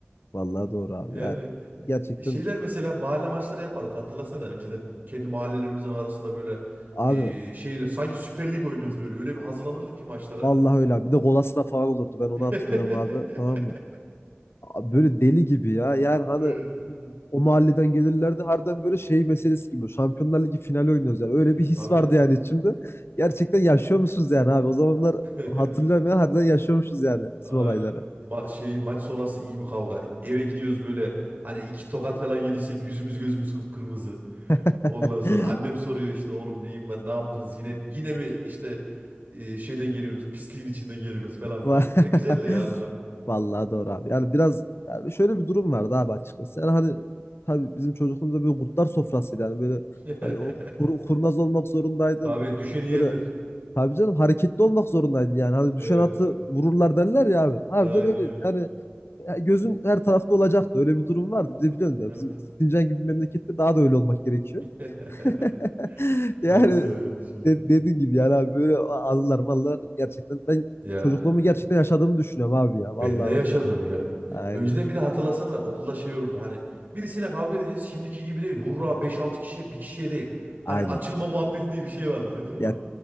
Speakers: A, on the left; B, on the right.
A: Vallahi doğru abi.
B: Yani
A: Yani gerçekten
B: e, şeyler mesela mahalle maçları yapardık hatırlasana önceden kendi mahallelerimizin arasında böyle
A: abi
B: e, şeyler sanki Süper Lig oynuyoruz böyle öyle bir hazırlanırdık ki maçlara.
A: vallahi öyle abi. Bir de kolasına falan olurdu. Ben onu
B: <laughs>
A: hatırlıyorum abi. Tamam mı? Abi Böyle deli gibi ya. Yani hani
B: Evet.
A: o mahalleden gelirlerdi. Harbiden böyle şey meselesi gibi. Şampiyonlar Ligi finali oynuyoruz yani. Öyle
B: E,
A: bir his
B: tabii.
A: vardı yani içimde. Gerçekten yaşıyor musunuz yani abi? O zamanlar
B: <laughs>
A: hatırlıyorum ya. Harbiden yaşıyormuşuz yani bütün
B: Aynen.
A: olayları.
B: Ma- şey maç sonrası iyi bir kavga. Eve gidiyoruz böyle hani iki tokat falan yediysek yüzümüz gözümüz kıpkırmızı.
A: <laughs>
B: Ondan sonra annem soruyor işte oğlum neyin var ne yaptınız yine yine mi işte e, şeyden geliyorsunuz pisliğin içinden geliyorsunuz falan filan.
A: Va- <laughs>
B: Ya güzeldi ya anılar.
A: Vallahi doğru abi. Yani biraz yani şöyle bir durum vardı abi açıkçası. Yani hani tabii bizim çocukluğumuzda böyle kurtlar sofrasıydı. Yani böyle
B: <laughs>
A: hani o kur- kurnaz olmak zorundaydın.
B: Tabii düşeni yerler.
A: Böyle tabii canım hareketli olmak zorundaydın yani. Hani
B: Evet.
A: düşen atı vururlar derler ya abi. Harbiden
B: Aynen
A: öyleydi.
B: öyle.
A: Yani ya gözün her tarafta olacaktı. Öyle bir durum vardı. Bize biliyorsun ya
B: Evet.
A: bizim Sincan gibi memlekette daha da öyle olmak gerekiyor.
B: <laughs>
A: <laughs> Yani
B: Doğru söylüyor kardeşim.
A: de- dediğin gibi yani abi böyle anılar mallar gerçekten ben
B: Ya
A: çocukluğumu gerçekten yaşadığımı düşünüyorum abi ya. Vallahi
B: ben de yaşadım
A: bak yani.
B: ya.
A: Aynen.
B: Önceden bir de hatırlasana okulda şey olurdu hani birisiyle kavga edeceğiz şimdiki gibi değil. Hurra beş altı kişi bir kişiye değil. Hani
A: Aynen.
B: açılma muhabbeti diye bir şey vardı duydun mu
A: Ya
B: onu?